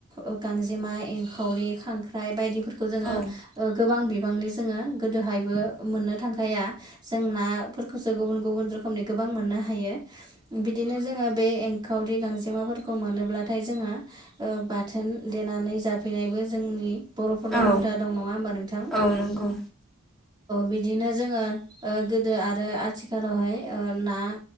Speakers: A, on the right; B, in the centre.
A: ओ गांजेमा एंखावरि खांख्राय बायदिफोरखौ जोंङो
B: औ
A: गोबां गोबांनि जोंङो गोदोहायबो मोननो थांखाया जों नाफोरखौसो गुब गुबुन रोखोमनि गोबां मोननो हायो बिदिनो जोंङो बे एंखावरि गांजेमाफोरखौ मोनोब्लाथाय जोंङो ओ बाथोन देनानै जाफैनायबो जोंनि बर'फोरनाव
B: औ
A: हुदा दं नंङा होमबा नोंथां
B: औ नंगौ
A: बि दिनो जोंङो ओ गोदो आरो आथिखालावहाय ना